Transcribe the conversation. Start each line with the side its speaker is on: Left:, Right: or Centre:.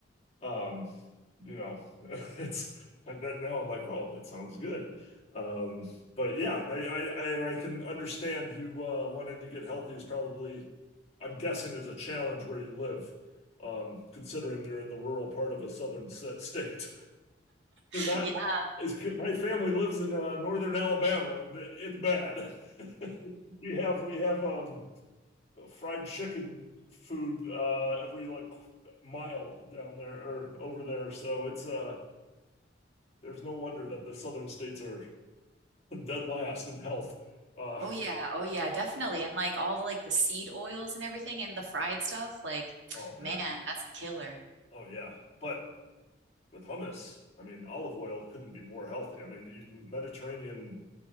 Left: um, you know, <laughs> it's and that now I'm like, oh, that sounds good. Um, but yeah, I, I, I and I can understand you uh wanting to get healthy is probably, I'm guessing, is a challenge where you live, um, considering you're in the rural part of a southern s- state. <laughs> They're
Right: <laughs>
Left: not, it's, my family lives in uh, northern Alabama and it's bad. <laughs> We have we have um fried chicken food uh, every like mile down there or over there. So it's uh, there's no wonder that the southern states are dead last in health. Uh,
Right: Oh yeah, oh yeah, definitely. And like all the like the seed oils and everything and the fried stuff, like <tsk>
Left: oh man,
Right: man, that's a killer.
Left: oh yeah. But with hummus, I mean, olive oil couldn't be more healthy. I mean, you, Mediterranean